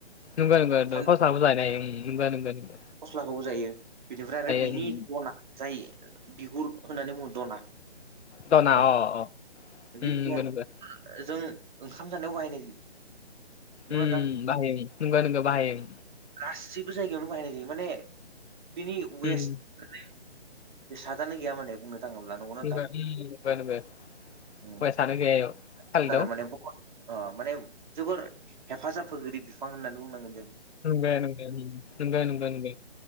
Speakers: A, on the left; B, on the right.
A: नोंगौ नोंगो
B: थालिर
A: फस्लाबो जानो हायो। नोंगो नोंगो नोंगो।
B: फस्लाखौबो जायो। बिनिफ्राय आरो बिनि
A: उम
B: दना जाय बिगुर होननानै बुङो, दना।
A: दना
B: बे
A: अ अ
B: दन
A: उम नंगौ नंगौ
B: जों ओंखाम जानायाव बाहायनाय जायो। नंगौना
A: उ बाहायो नोंगो नोंगो बाहायो।
B: गाससिबो जायगायावनो बाहायनाय जायो माने बिनि वेस्ट
A: उम
B: बेसादानो गैया माने बुंनो थाङोब्ला नंगौना नोंथां?
A: नंगौ उम नंगौ नंगौ
B: उम
A: वेस्टआनो गैया इयाव खालिदाव
B: आरो माने ब अ माने जोबोर हेफाजाब होगिरि बिफां होननानै बुंनांगोन जों।
A: <unintelligible>